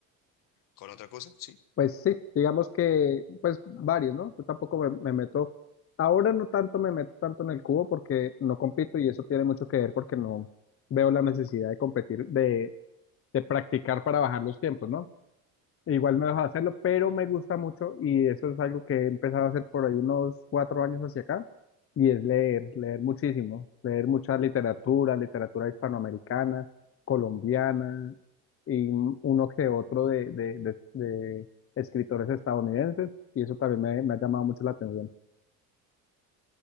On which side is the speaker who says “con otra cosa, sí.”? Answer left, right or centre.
Left